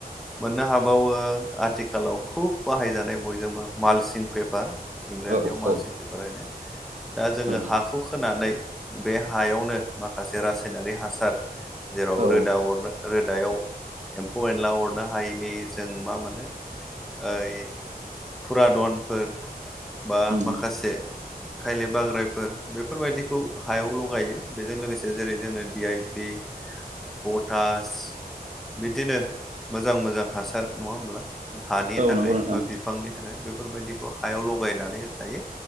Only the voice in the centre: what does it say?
मोननो हाबावो आथिखालाव खुब बाहायजानाय बयजोंबो मालसिं पेपार
जियाव मालसिं
पेपार होनो। दा जोङो
हाखौ खोनानै बे हायावनो माखासे रासायनारि हासार जेराव
रोदा अरनो रोदायाव एम्फौ एनला अरनो हायैनि जों मा मोनो ओइ फुरादनफोर बा
माखासे खायले बाग्रायफोर बेफोर बायदिखौ हायाव लगायो बेजों लोगोसे जेरै जोंनो डि आइ पि पटास बिदिनो मोजां मोजां हासार नङा होमब्ला। हानि
थाखाय
बा बिफांनि थाखाय बेफोर बायदिखौ हायावल बहायनानै होखायो